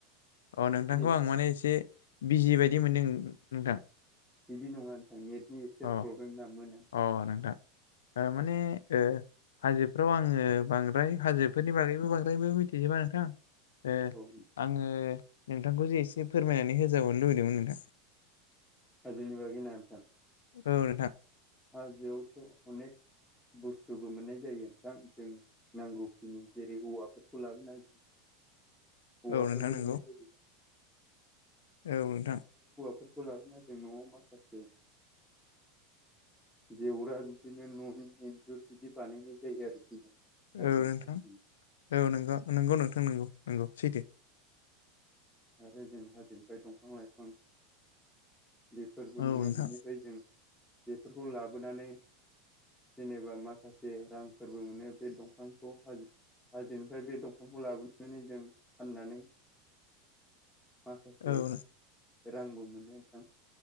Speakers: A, on the left; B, in the centre.
A: अ नोंथांखौ
B: नै
A: आं माने एसे बिजि बायदि मोन्दों नोंथां।
B: बिदि नङा नोंथां नेटनि एसे
A: अ
B: प्रब्लेम ना मोना
A: अ नोंथां ओ माने ओ हाजोफ्राव आङो बांद्राय हाजोफोरनि बागैबो बांद्रायबो मिथिजोबा नोंथां। ओ
B: औ
A: आङो नोंथांखौ जे एसे फोरमायनानै होजाबावनो लुबैदोमोन नोंथां।
B: हाजोनि बागै ना नोंथां।
A: औ नोंथां।
B: हाजोआवथ अनेक बुस्थुबो मोन्नाय जायो दा जों नांगौखिनि जेरै औवाफोरखौ लाबोनो हायो औवाफोरबो
A: औ नोंथां नंगौ
B: मोन्नाय जायो।
A: औ नोंथां।
B: बेफोरखौ लाबोना जों नआव माखासे जेवरा बिदिनो ननि इन्जुर बिदि बानायनाय जायो आरोखि। जों हाजोनिफ्राय
A: औ नोंथां औ नोंगा नंगौ नोंथां नोंगौ नंगौ सैथो।
B: आरो जों हाजोनिफाय दंफां लाइफां बेफोरबो
A: औ
B: मोनो
A: नोंथां
B: बिनिफाय जों बेफोरखौ लाबोनानै जेनेबा माखासे रांफोरबो मोनो बे दंफांखौ हाजो हाजोनिफाय बे दंफांखौ लाबोनानै जों फाननानै माखासे
A: औ
B: रांबो मोनो नोंथां।